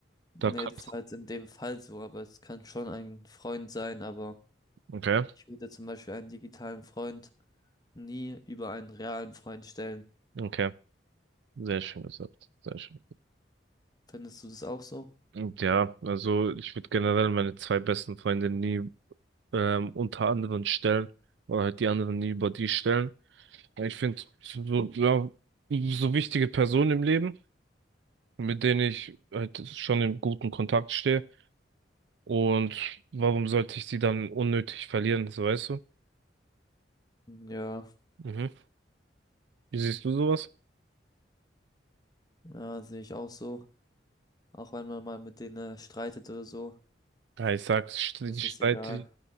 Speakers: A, on the left (about 20°); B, on the right (about 70°).
A: Nee,
B: Da kann.
A: das war jetzt in dem Fall so, aber es kann schon ein Freund sein, aber
B: Okay,
A: ich würde zum Beispiel einen digitalen Freund nie über einen realen Freund stellen.
B: okay. Sehr schön gesagt, sehr schön.
A: Findest du das auch so?
B: Und ja, also ich würde generell meine zwei besten Freunde nie ähm, unter anderen stellen oder halt die anderen nie über die stellen. Ja, Ich finde so, ja, so wichtige Personen im Leben, mit denen ich halt schon in guten Kontakt stehe. Und warum sollte ich sie dann unnötig verlieren, so weißt du?
A: Ja,
B: Mhm. Wie siehst du sowas?
A: ja, sehe ich auch so. Auch wenn man mal mit denen äh, streitet oder so,
B: Ja, ich sag, st-
A: ist
B: streit,
A: es egal.